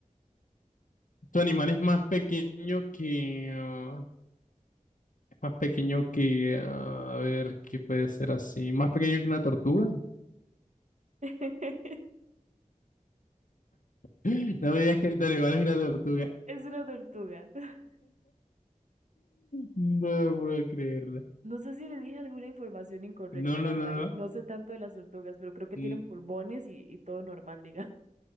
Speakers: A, on the left; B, on the right.
A: Tu animal es más pequeño que... ah, es más pequeño que... ah, a ver, ¿qué puede ser así? Más pequeño que una tortuga.
B: <laughs>
A: <laughs> No me digas que tu animal es una tortuga.
B: Es una tortuga. <laughs>
A: No puedo creerla.
B: No sé si le dije alguna información incorrecta,
A: No,
B: la
A: no,
B: verdad.
A: no, no.
B: No sé tanto de las tortugas, pero creo que
A: Mm,
B: tienen pulmones y, y todo normal, digamos,